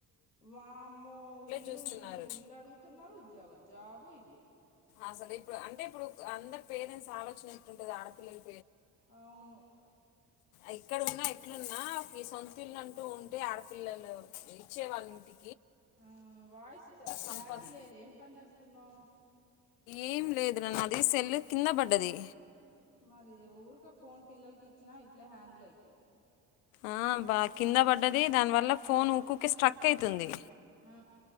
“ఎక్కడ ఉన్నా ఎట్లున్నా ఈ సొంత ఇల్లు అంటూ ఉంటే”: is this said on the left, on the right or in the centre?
Left